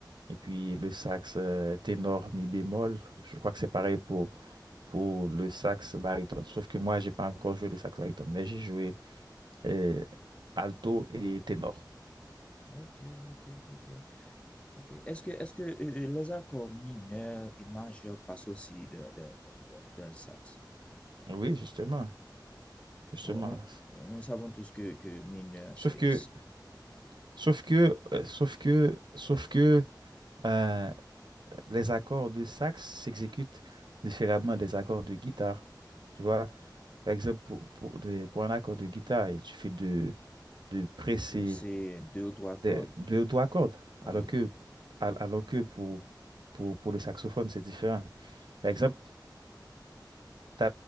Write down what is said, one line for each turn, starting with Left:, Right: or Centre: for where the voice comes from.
Right: et puis le sax euh, ténor, mi bémol. Je crois que c'est pareil pour, pour le sax baryton. Sauf que moi, j'ai pas encore joué le sax baryton, mais j'ai joué euh, alto et ténor.
Left: ok, ok, ok, ok. Est-ce que, est-ce que euh, euh, les accords mineurs et majeurs passent aussi de, de- de- dans le sax?
Right: Oui, justement, justement.
Left: On- on- nous savons tous que, que mineur,
Right: Sauf
Left: c'est
Right: que, sauf que, euh, sauf que, sauf que, euh, les accords de sax s'exécutent différemment des accords de guitare. Tu vois, par exemple, pour, pour, des- pour un accord de guitare, il suffit de, de presser
Left: C'est deux ou trois cordes.
Right: des- deux ou trois cordes,
Left: oui.
Right: alors que, al- alors que pour, pour, pour le saxophone, c'est différent. Par exemple, tu